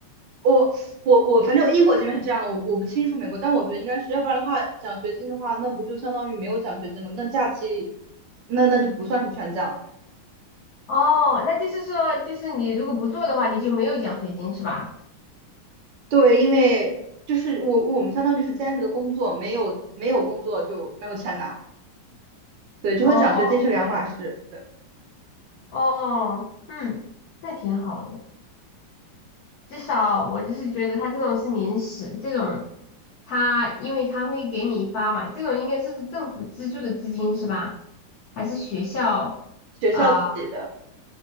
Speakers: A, on the right (about 70°); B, on the left (about 80°).
A: 我我我，反正英国这边是这样的，我我不清楚美国，但我觉得应该是要不然的话，奖学金的话，那不就相当于没有奖学金了吗？那假期，那那就不算是全奖了。
B: 哦，那就是说，就是你如果不做的话，你就没有奖学金是吧？
A: 对，因为就是我我们相当于就是兼职的工作，没有没有工作就没有钱拿。对，就和奖学金是两码事。
B: 哦
A: 对，
B: 哦，嗯，那挺好的。至少我就是觉得他这种是临时，这种他因为他会给你发嘛，这种应该是政府资助的资金是吧？还是学校啊？
A: 学校给的。